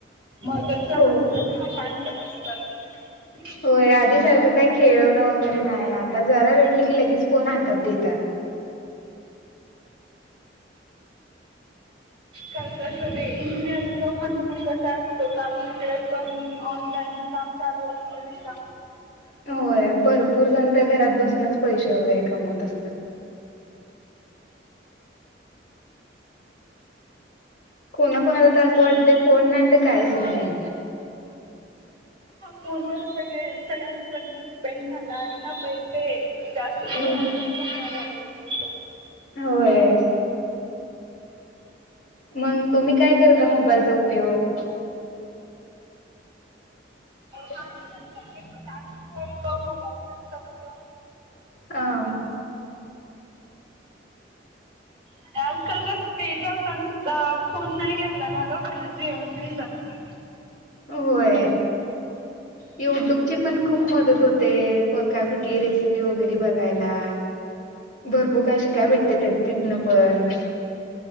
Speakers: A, on the right; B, on the left.
A: मगच लहान
B: हो
A: मुलं कशी शांत बसतात.
B: हाय आधी सारखं काही खेळणं वगैरे नाही, आता जरा रडली की लगेच फोन हातात देतात.
A: का कसं ते इंजिनियर लोकांचं पण कसं असतं काम तिकडे पण ऑनलाईन काम चालू
B: <unintelligible>
A: असतं नाही का?
B: होय भरपूर जण तर घरात बसूनच पैसे वगैरे कमवत असतात. कुणा कोणाला तर असं वाटतय फोन नाही तर कायच नाही.
A: फोनवर सगळे सगळ्यांचं जगण डिपेंड झाला आहे ना पैसे, जास्त त्येच्यावरच
B: हो
A: कमवायला लागलेत लोकं
B: होय मग तुम्ही काय करता मोबाईलचा उपयोग? <unintelligible>
A: माझं मत शक्यतो <unintelligible> असतं.
B: ह.
A: आणि आजकाल कसं ते जेवताना सुद्धा फोन नाही घेतला ना लोकांना जेवण नाही जात ना.
B: होय. युट्यूबची पण खूप मदत होते, प कुठली रेसिपी वगैरे बघायला. भरपूर काशी काय
A: हा
B: भेटते त्यात तिथन पण.